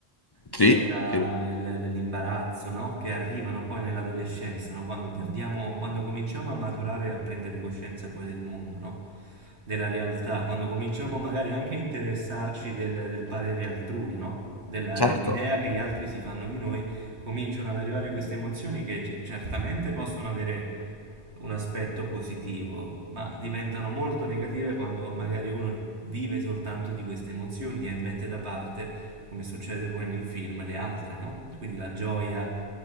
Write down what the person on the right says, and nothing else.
c'era
il- l'imbarazzo, no? Che arrivano poi nell'adolescenza, no? Quando perdiamo, quando cominciamo a maturare e a prendere coscienza poi del mondo, no? Della realtà, quando cominciamo magari anche a interessarci del, del parere altrui, no? Della-
dell'idea che gli altri si fanno di noi cominciano ad arrivare queste emozioni che c- certamente possono avere un aspetto positivo, ma diventano molto negative quando magari uno vive soltanto di queste emozioni e mette da parte, come succede poi nel film, le altre, no? Quindi la gioia,